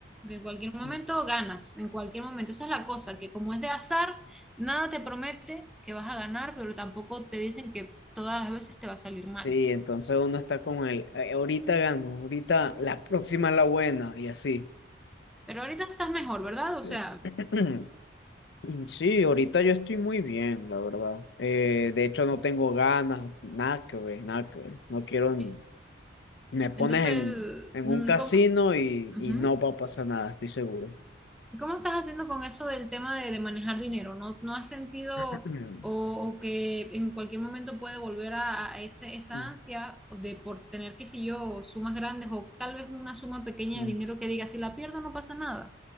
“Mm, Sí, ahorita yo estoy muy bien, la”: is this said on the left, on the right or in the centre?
Left